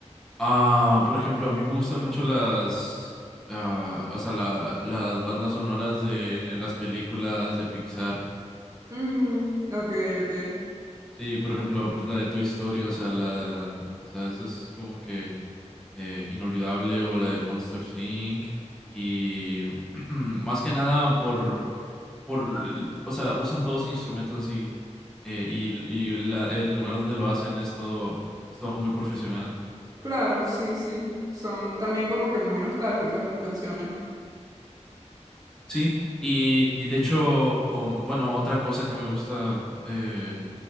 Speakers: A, in the centre; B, on the right.
A: Ah, por ejemplo, a mí me gustan mucho las, ah, o sea, la- las bandas sonoras de las películas de Pixar.
B: Mm, ok, ok.
A: Sí, por ejemplo, pues la de Toy Story, o sea, la, o sea, eso es como que eh, inolvidable, o la de Monsters Inc. Y <clears throat> más que nada por, por, l- o sea, usan todos instrumentos así eh, y, y la- el lugar donde lo hacen es todo, es todo muy profesional.
B: Claro, sí, sí. Son también como que muy nostálgicas las canciones.
A: Sí, y, y de hecho, um, bueno, otra cosa que me gusta, eh,